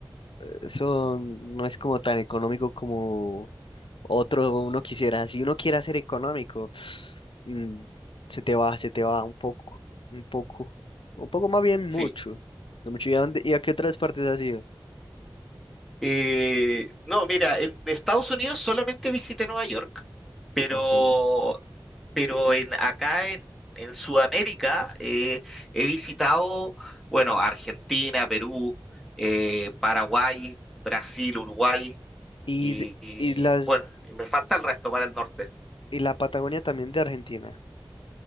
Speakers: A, on the left; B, in the centre.
A: eso no es como tan económico como otro uno quisiera. Si uno quiere ser económico, <sniffs> mm, se te va, se te va un poco, un poco, un poco más bien
B: Sí.
A: mucho. No mucho. ¿Y a dónde- y a qué otras partes has ido?
B: Eh, no, mira, en Estados Unidos solamente visité Nueva York, pero,
A: Ok.
B: pero en, acá en, en Sudamérica eh, he visitado, bueno, Argentina, Perú, eh, Paraguay, Brasil, Uruguay
A: Y,
B: y,
A: de- y las,
B: y, bueno, me falta el resto para el norte.
A: y la Patagonia también de Argentina.